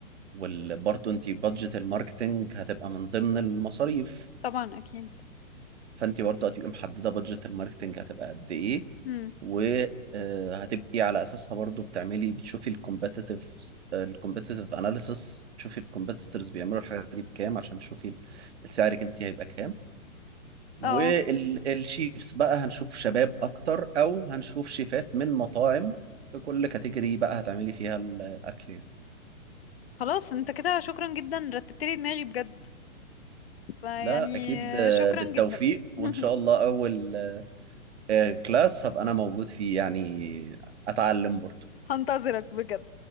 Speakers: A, on the right; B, on the left.
A: وال برضه انت بادجت الماركتنج هتبقى من ضمن المصاريف
B: طبعا اكيد
A: فانت برضه هتبقي محدده بادجت الماركتنج هتبقى قد ايه
B: امم
A: وهتبقي على اساسها برضه بتعملي بتشوفي الكومبetitive الكومبetitive اناليسس تشوفي الكومبيتيتورز بيعملوا الحاجه دي بكام عشان تشوفي السعرك انت هيبقى كام والشيفs
B: اه آه.
A: بقى هنشوف شباب اكتر او هنشوف شيفات من مطاعم في كل كاتيجوري بقى هتعملي فيها الاكل يعني
B: خلاص انت كده شكرا جدا رتبت لي دماغي بجد فيعني
A: لا اكيد آه،
B: شكرا
A: بالتوفيق
B: جدا <laughs>
A: وان شاء الله اول آه، كلاس هبقى انا موجود فيه يعني اتعلم برضه
B: هنتظرك بجد